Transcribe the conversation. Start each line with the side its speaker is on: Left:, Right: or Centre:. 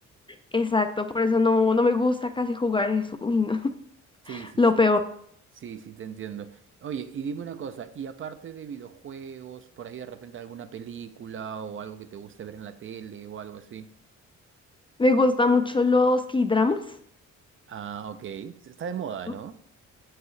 Left: Exacto, por eso no, no me gusta casi jugar eso. Uy, no. <laughs>
Right: Sí, sí,
Left: Lo
Right: sí.
Left: peor.
Right: Sí, sí, te entiendo. Oye, y dime una cosa, y aparte de videojuegos, por ahí de repente alguna película o algo que te guste ver en la tele o algo así.
Left: Me gustan mucho los K-dramas.
Right: Ah, ok. Se- Está de moda,
Left: ¿no?
Right: ¿no?